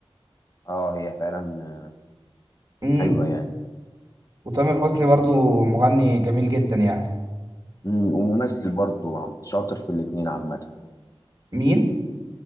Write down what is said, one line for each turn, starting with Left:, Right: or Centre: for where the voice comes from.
Left: اه هي فعلا آه،
Right: امم
Left: حلوة يعني
Right: وتامر حسني برضو مغني جميل جدا يعني
Left: مم. وممثل برضه عم- شاطر في الاتنين عامة
Right: مين